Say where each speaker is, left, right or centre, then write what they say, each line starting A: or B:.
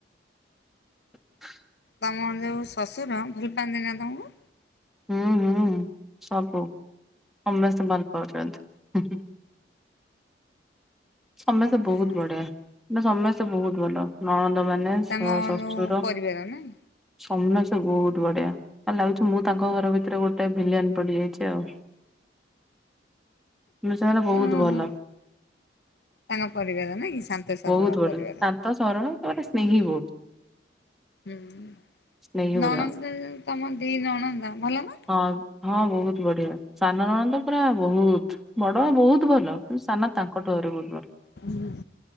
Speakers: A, in the centre; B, on the left.
A: ଫାଙ୍କା ଅଡିଓ
B: ତମର ଯଉଁ ଶ୍ୱଶୁର ଭଲ ପାଆନ୍ତି ନା ତମକୁ।
A: ହୁଁ ହୁଁ ସବୁ ସମେସ୍ତେ ଭଲ ପାଉଛନ୍ତି। ସମସ୍ତେ
B: ହଁ
A: ବହୁତ ବଢିଆ। ନା ସମସ୍ତେ ବହୁତ ଭଲ। ନଣନ୍ଦ ମାନେ
B: ତାଙ୍କ
A: ଶ ଶଶୁର
B: ଯୋଉ ପରିବାର ନାଇଁ
A: ସମସ୍ତେ ବହୁତ୍ ବଢିଆ ଲାଗୁଚି ମୁଁ ତାଙ୍କ ଘର ଭିତରେ ଗୋଟେ ଭିଲିୟାନ ପଡ଼ିଯାଇଚି ଆଉ। କିନ୍ତୁ ସେମାନେ ବହୁତ୍
B: ଓହୋ
A: ଭଲ।
B: ତାଙ୍କ ପରିବାର ନାଇଁକି ଶାନ୍ତ ସରଳ
A: ବହୁତ ବଢିଆ
B: ପରିବାର।
A: ଶାନ୍ତ ସରଳ ତାପରେ ସ୍ନେହୀ ବହୁତ୍।
B: ହୁଁ
A: ସ୍ନେହୀ ପୁରା
B: ନଣନ୍ଦ ଯଉ ତମ ଦି ନଣନ୍ଦ ଭଲନା?
A: ହଁ। ହଁ ବହୁତ୍ ବଢ଼ିଆ ସାନ ନଣନ୍ଦ ପୁରା ବହୁତ୍ ବଡ଼ ବହୁତ୍ ଭଲ କିନ୍ତୁ ସାନ ତାଙ୍କଠୁ ତର ବହୁତ୍ ଭଲ।
B: ହୁଁ